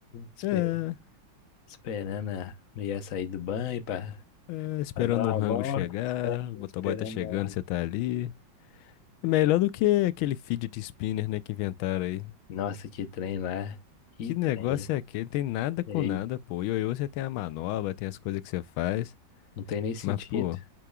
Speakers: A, on the left (about 55°); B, on the left (about 85°).
A: espe-
B: É,
A: esperando a mulher sair do banho pra,
B: é, esperando
A: pra dar
B: um rango
A: uma volta,
B: chegar.
A: é,
B: O motoboy
A: esperando
B: tá chegando,
A: uma.
B: você tá ali. É melhor do que aquele fidget spinner, né, que inventaram aí.
A: Nossa, que trem lá. Que
B: Que negócio
A: trem.
B: é aquele? Tem nada com
A: Ei,
B: nada, pô. Ioiô, você tem a manobra, tem as coisas que você faz.
A: não tem nem sentido.
B: Mas, pô,